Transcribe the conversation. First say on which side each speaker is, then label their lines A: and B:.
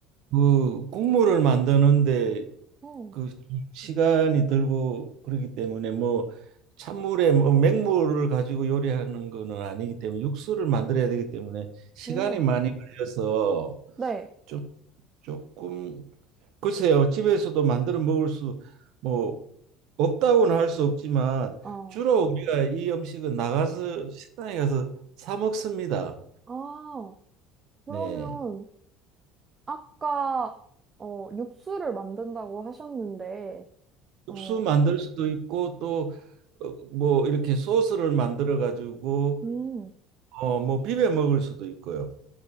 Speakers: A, on the right; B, on the right.
A: 그 국물을 만드는데
B: 어,
A: 그 시간이 들고 그러기 때문에 뭐 찬물에 뭐 맹물을 가지고 요리하는 거는 아니기 때문에 육수를 만들어야 되기 때문에 시간이
B: 어,
A: 많이 걸려서
B: 네.
A: 좀 조금 글쎄요, 집에서도 만들어 먹을 수, 뭐, 없다고는 할 수 없지만,
B: 아,
A: 주로 우리가 이 음식은 나가서 식당에 가서 사 먹습니다.
B: 아, 그러면
A: 네.
B: 아까 어, 육수를 만든다고 하셨는데, 어,
A: 육수 만들 수도 있고, 또, 어, 뭐, 이렇게 소스를 만들어 가지고,
B: 음,
A: 어, 뭐, 비벼 먹을 수도 있고요.